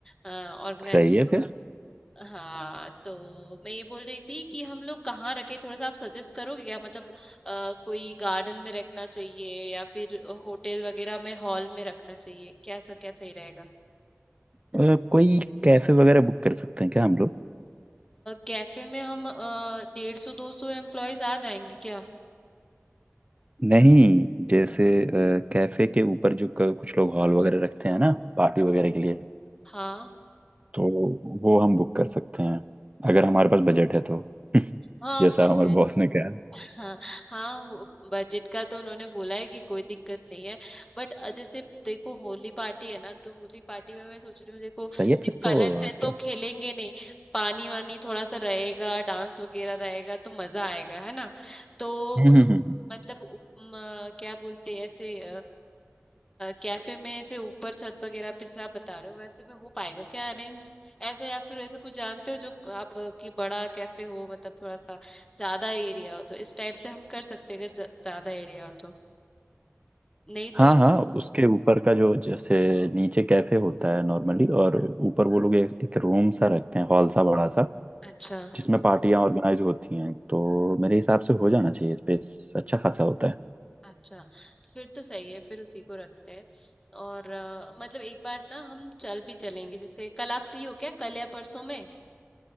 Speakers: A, on the left; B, on the right.
A: ऑर्गेनाइज
B: सही है
A: करो
B: फिर
A: हाँ तो मैं ये बोल रही थी कि हम लोग कहाँ रखें थोड़ा सा आप सजेस्ट करोगे क्या मतलब अ, कोई गार्डन में रखना चाहिए या फिर होटल वगैरह में हॉल में रखना चाहिए कैसा क्या सही रहेगा
B: अ, कोई कैफे वगैरह बुक कर सकते हैं क्या हम लोग
A: कैफे में हम डेढ़ सौ दो सौ एम्प्लॉयज आ जाएंगे क्या
B: नहीं जैसे अ, कैफे के ऊपर जो क- कुछ लोग हॉल वगैरह रखते हैं ना पार्टी वगैरह के लिए
A: हाँ
B: तो वो हम बुक कर सकते हैं अगर हमारे पास बजट है तो <laughs>
A: हाँ
B: जैसा
A: बजट
B: हमारे बॉस ने कहा
A: हाँ हाँ बजट का तो उन्होंने बोला है कि कोई दिक्कत नहीं है बट जैसे देखो होली पार्टी है ना तो होली पार्टी में मैं सोच रही हूँ देखो
B: सही
A: सिर्फ
B: है फिर तो
A: कलर से तो
B: क्या
A: खेलेंगे नहीं पानी वानी थोड़ा सा रहेगा डांस वगैरह रहेगा तो मजा आएगा है ना तो
B: हम्म
A: ब-
B: हम्म हम्म,
A: मतलब उप- म, क्या बोलते हैं ऐसे कैफे में ऐसे ऊपर छत वगैरह पे जैसे आप बता रहे हो वैसे में हो पाएगा क्या अरेंज ऐसे या फिर ऐसे कुछ जानते हो जो आप अ, कि बड़ा कैफे हो मतलब थोड़ा सा ज्यादा एरिया हो तो इस टाइप से हम कर सकते हैं अगर ज- ज्यादा एरिया हो तो नहीं
B: हाँ
A: तो
B: हाँ उसके ऊपर का जो जैसे नीचे कैफे होता है नॉर्मली और ऊपर वो लोग एक, एक रूम सा रखते हैं हॉल सा बड़ा सा
A: अच्छा
B: जिसमें पार्टियां ऑर्गेनाइज होती हैं तो मेरे हिसाब से हो जाना चाहिए स्पेस अच्छा खासा होता है
A: अच्छा फिर तो सही है फिर उसी को रखते हैं और अ, मतलब एक बार ना हम चल भी चलेंगे जैसे कल आप फ्री हो क्या कल या परसों में